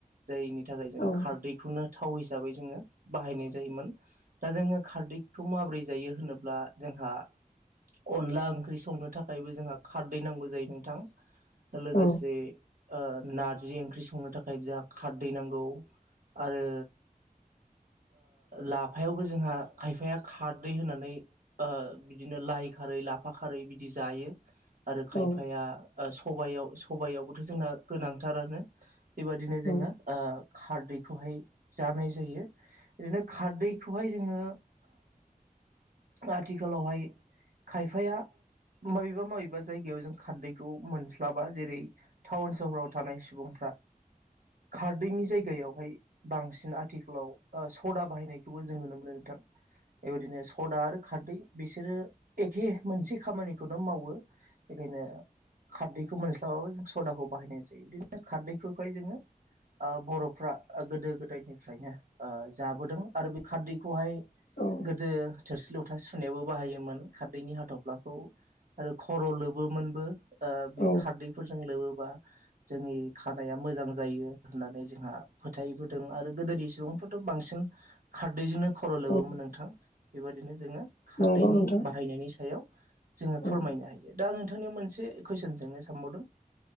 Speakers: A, on the right; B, on the left.
A: जायनि थाखाय जों
B: औ
A: खारदैखौनो थाव हिसाबै जोङो बाहायनाय जायोमोन दा जोङो खारदैखौ माब्रै जायो होनोब्ला जों जोंहा अनला ओंख्रि संनो थाखायबो जोंहा खारदै नांगौ जायो नोंथां। लोगोसे
B: औ
A: नारजि ओंख्रि संनो थाखाय जहा खारदै नांगौ। आरो लाफायावबो जोंहा खायफाया खारदै होनानै ओ बिदिनो लाइ खारै लाफा खारै बिदि जायो। आरो खायफाया
B: औ
A: सब सबायावबोथ' जोंना गोनांथारानो। बेबायदिनो जोङो
B: औ
A: ओ खारदैखौहाय जानाय जायो ओरैनो खारदैखौहाय जोङो आथिखालावहाय खायफाया माबेबा माबेबा जायगायाव जों खारदैखौ मोनस्लाबा जेरै टाउन सहराव थानाय सुबुं खारदैनि जायगा दैायावहाय बांसिन आथिखालाव सदा बाहायनायखौबो जों नुनो मोनो नोंथां बेबायदिनो सदा आरो खारदै बिसोरो एखे मोनसे खामानिखौनो मावो बेखायनो खारदैखौ मोनस्लाबाबो जों सदाखौ बाहायनाय जायो बिदिनो खारदैखौहाय जोङो ओ बर' फ्रा गोदो गोदायनिफ्रायनो जाबोदों आरो बे खारदैखौहाय
B: औ
A: गोदो थोरसि लथा सुनायावबो बाहायोमोन खारदैनि हाथफ्लाखौ आरो खर' लोबोमोनबो ओ बे
B: औ
A: खारदैफोरजों लोबोबा जोंनि खानाया मोजां जायो होननानै जोंहा फोथायबोदों आरो गोदोनि सुबुंफ्राथ' बांसिन खारदैजोंनो खर' लोबोमोन
B: औ
A: नोंथां। बेबादिनो जोङो खारदैनि
B: नंगौ नोंथां
A: बाहायनायनि सायाव जोङो
B: औ
A: फोरमायनो हायो दा आं मोनसे कुइसन जोंनो सानबावदों